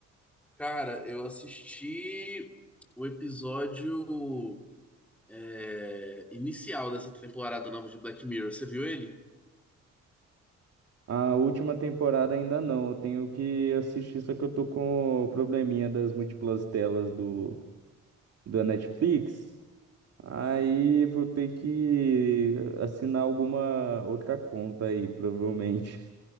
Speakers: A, in the centre; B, on the right.
A: Cara, eu assisti o episódio é, inicial dessa temporada nova de Black Mirror. Você viu ele?
B: A última temporada ainda não, eu tenho que assistir, só que eu tô com o probleminha das múltiplas telas do, da Netflix. Aí vou ter que assinar alguma outra conta aí, provavelmente.